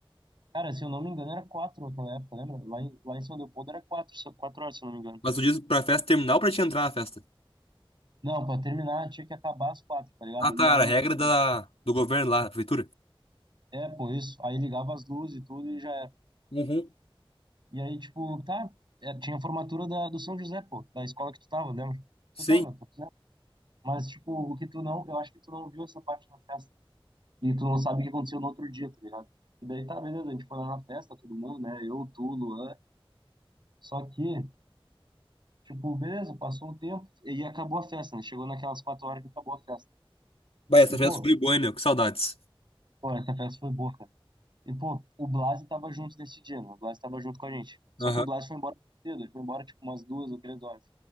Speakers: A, on the right (about 55°); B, on the left (about 85°).
A: Cara, se eu não me engano, era quatro naquela época, lembra? Lá em, lá em São Leopoldo era quatro, quatro horas, se eu não me engano.
B: Mas tu diz pra festa terminar ou pra te entrar na festa?
A: Não, pra terminar tinha que acabar às quatro, tá ligado?
B: Ah, tá,
A: E aí,
B: era a regra
A: tipo,
B: da, do governo lá, da prefeitura.
A: é, pô, isso. Aí ligava as luzes e tudo e já era.
B: Uhum.
A: E aí, tipo, tá. é, tinha a formatura da, do São José, pô, da escola que tu tava, lembra?
B: Sim.
A: Tu tava, pô, tu lembra? Mas, tipo, o que tu não. Eu acho que tu não viu essa parte na festa. E tu não sabe o que aconteceu no outro dia, tá ligado? E daí tá, beleza, a gente foi lá na festa, todo mundo, né? Eu, tu, Luan. Só que, tipo, beleza, passou um tempo e acabou a festa, né? Chegou naquelas quatro horas que acabou a festa.
B: Bah, essa
A: E, pô,
B: festa foi boa, hein, meu? Que saudades.
A: pô, essa festa foi boa, cara. E, pô, o Blas tava junto nesse dia, né? O Blas tava junto com a gente. Só
B: Aham.
A: que o Blas foi embora cedo, ele foi embora tipo umas duas ou três horas.